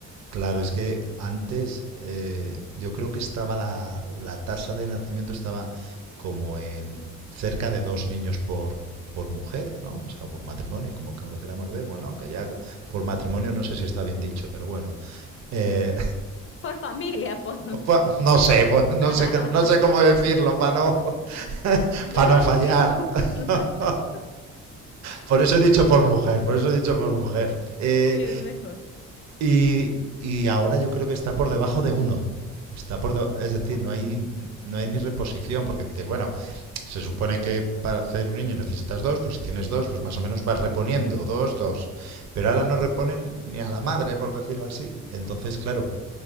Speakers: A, on the right; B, on the left.
A: Claro, es que antes eh, yo creo que estaba la, la tasa de nacimiento estaba como en cerca de dos niños por, por mujer, ¿no? O sea, por matrimonio, como que no lo queramos ver. Bueno, aunque ya por matrimonio no sé si está bien dicho, pero bueno. Eh,
B: Por familia, por...
A: <laughs> pues, no sé, pues, no
B: <laughs>
A: sé, c- no sé cómo decirlo para no, <laughs>
B: Dos
A: para no fallar.
B: niños. <laughs>
A: <laughs> Por eso he dicho por mujer, por eso he dicho por mujer. Eh,
B: Sí, es mejor.
A: y, y ahora yo creo que está por debajo de uno. Está por deba- es decir,
B: Ok.
A: no hay, no hay ni reposición, porque dices, bueno, se supone que para hacer un niño necesitas dos, pues si tienes dos, pues más o menos vas reponiendo, dos, dos. Pero ahora no reponen ni a la madre, por decirlo así. Entonces, claro,